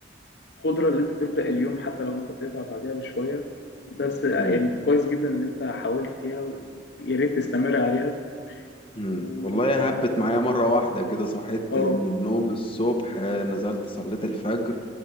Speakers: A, on the left; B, on the left.
A: قدرة اللي انت تبدأ اليوم حتى لو انت بتتعب بعدها بشوية بس يعني
B: مم.
A: كويس جدا اللي انت حاولت فيها ويا ريت تستمر عليها
B: مم.
A: و
B: والله هبت معايا مرة واحدة كده صحيت
A: اه
B: من النوم الصبح آه، نزلت صليت الفجر